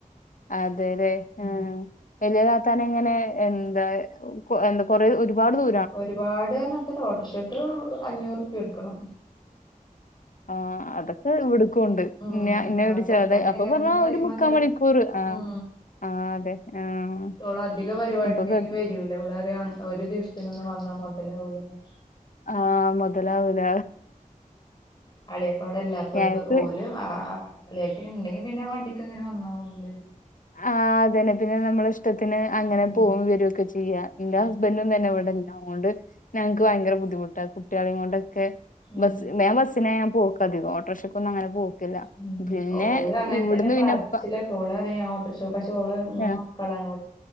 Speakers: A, on the left; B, on the left.
A: അതെല്ലെ ആ
B: ഉം.
A: വലിയ താത്താന ഇങ്ങനെ എന്താ എന്താ കൊറെ ഒരുപാട് ദൂ
B: ഒരുപാട് പറാരത്ത ഓട്ടോറിഷോക്ക് അഞ്ഞൂറ്പ്യ എടുക്കണം
A: ആഹ അതൊക്കെ ഇവിടുക്കുംണ്ട്
B: ഉം
A: ഇന്ന
B: ആ അത്ര
A: ചെറുതായി
B: തന്നെ
A: അപ്പൊ
B: ഏകദേശം
A: പറഞ്ഞാ
B: സെയിം
A: ഒരു മുക്കാ
B: ആക്കാരം
A: മണിക്കൂർ ആ
B: ഉം
A: ആ അതെ ആഹ്
B: ഓള അധിക പരിപാടിന്
A: അപ്പൊ കെ
B: വരു ഓള് പറയും ഒരു ദിവസത്തിനൊന്നും വന്നാ മുതലാവില്ല ഉ
A: ആഹ് മൊതലാവൂല
B: അളിയൊക്കെ അവിടെല്ലാത്തുകൊണ്ട്
A: ഞങ്ങക്ക്
B: ആളൊക്കെ ഉണ്ടെങ്കി പിന്നെ വണ്ടിക്ക് അങ്ങനെ വന്നാൽ മതിയല്ലേത്
A: ആ് അതന്നെ പിന്നെ നമ്മള ഇഷ്ടത്തിന് അങ്ങനെ
B: ഉം
A: പോക വരൊക്കെ ചെയ്യാം ചെയ്യ
B: ഉം
A: എ ഹസ്ബന്ഡ ഒന്നും തന്നെ ഇവിടില്ല അതുകൊണ്ട് ഞങ്ങക്ക് ഭയങ്കര ബുദ്ധിമുട്ടാണ് കുട്ടികളെ കൊണ്ടൊക്കെ
B: ഉം
A: ബസ് ഞാ ബസ്സിനെ ഞാ പോക്ക അധിക ഓട്ടോറിക്ഷയ്ക്ക ഒന്ന് അങ്ങനെ പോക്കില്ല
B: ഉം
A: പിന്നെ
B: ഓൾ അങ്ങനെ
A: ഇവിടുന്ന്
B: തന്നെ
A: പിന്നെ
B: പറച്ചില
A: ഇപ്പ
B: അവഓള് അറിയാം ഓട്ടോറിക്ഷ പക്ഷെ അവഓള് മൂന്ന്
A: ആഹ്
B: മക്കളാണ്